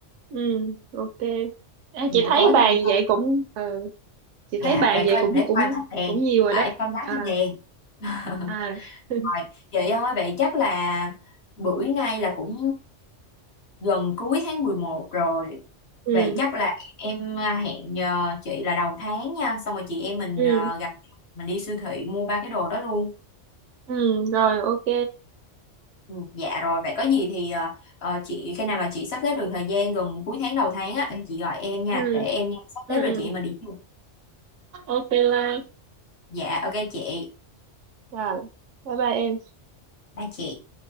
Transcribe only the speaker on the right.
ừ ok à,
chị thấy
bàn
vậy cũng ờ, chị
thấy bàn
vậy
cũng
cũng
cũng nhiều rồi
đó
à
à <laughs>
ừ
ừ
ừ rồi ok
ừ
ừ
ừ
ok Lan
rồi bye bye em